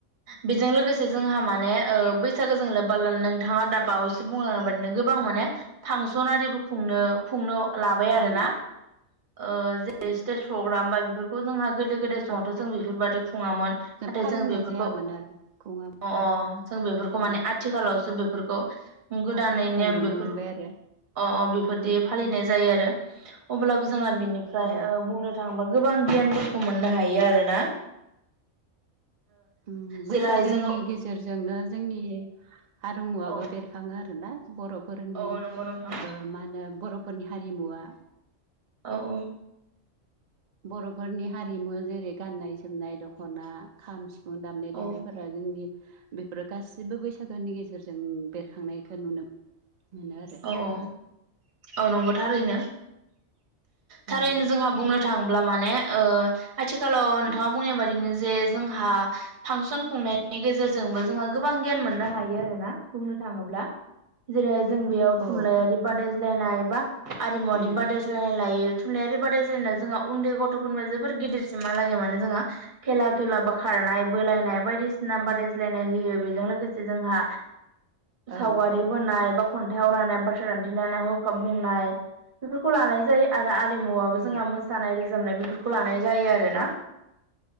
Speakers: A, on the right; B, on the right.
A: बेजों लोगोसे जोंहा माने ओ बैसागोजों लोब्बा लानानै नोंथाङा दा बावैसो बुंलांनाय बायदिनो गोबां मा माने फांसनआरिबो खुंनो खुंनो लाबाय आरोना
B: औ
A: ओ जेरै स्टेज प्रग्राम बा बेफोरखौ जोंहा गोदो गोदाय समावथ' जों बेफोरबायदि खुङामोन नाथाय
B: फालिनाय
A: जों बेफोरखौ
B: जायामोन आरो खुङा
A: अ अ जों बेफोरखौ माने
B: उम
A: आथिखालावसो बे फोरखौ गोदानै
B: आथिखालाव
A: नेम
B: नुनो
A: बेफोर
B: मोनबाय आरो
A: अ अ बेफोरदि
B: उम
A: फालिनाय जायो आरो अब्लाबो जोंहा बिनिफ्राय
B: औ
A: ओ बुंनो थाङोबा गोबां गियानफोरखौ मोननो हायो आरो ना
B: ओम
A: जेरैहाय
B: बैसागोनि
A: जोङो
B: गेजेरजोंनो जोंनि हारिमुवाबो
A: औ
B: बेरखाङो आरोना बर'फोरनि
A: औ
B: मा
A: नंगौ नोंथां
B: ओ होनो बर'फोरनि हारिमुवा
A: औ औ
B: बर'फोरनि हारिमु जेरै गाननाय जोमनाय दख'ना खाम सिफुं दामनाय
A: औ
B: देनायफोरा जोंनि बेफोरो गासिबो बैसागोनि गेजेरजों बेरखांनायखौ नुनो मोनो आरो
A: औ औ औ नंगौ थारैनो थारैनो
B: उम
A: जोंहा बुंनो थाङो ब्ला माने आथिखालाव नोंथाङा बुंनाय बादिनो जे जोंहा फांसन खुंनाय गेजेरजोंबो जोंहा गोबां गियान मोननो हायो आरोना बुंनो थाङोब्ला जेरै जों बेयाव थुनलाइयारि
B: औ
A: बादायज्लायनाय एबा आरिमुवारि
B: उम
A: बादायज्लायनाय लायो थुनलाइारि बा जों उन्दै गथ'फोरनो जोबोर गिदिरसिमालागै माने जोंहा खेला दुला बा खारनाय बो- लानाय बायदिसिना बादायज्लायनाय होयो बेजों लोगोसे जोंहा
B: ओं
A: सावगारि बोनाय बा खन्थाइ आवरायनाय बाथ्रा दान्थि लायनाय हरखाब बुंनाय बेफोरखौ लानाय जायो आरो हारिमुवाबो
B: उम
A: जोंहा मोसानाय रोजाबनाय बेफोरखौ लानाय जायो आरोना